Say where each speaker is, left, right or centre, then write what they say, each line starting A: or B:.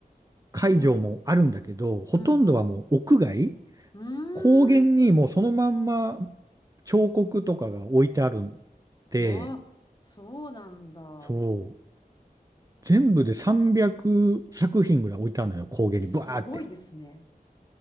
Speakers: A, on the right; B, on the left.
A: 会場もあるんだけど、
B: うん。
A: ほとんどはもう屋外、
B: うんうん。うーん。
A: 高原にもうそのまんま彫刻とかが置いてあるんで、
B: うわ、そうなんだ。
A: そう、全部で300作品ぐらい置いてあるのよ、高原に、
B: すごいですね。
A: ブワーって。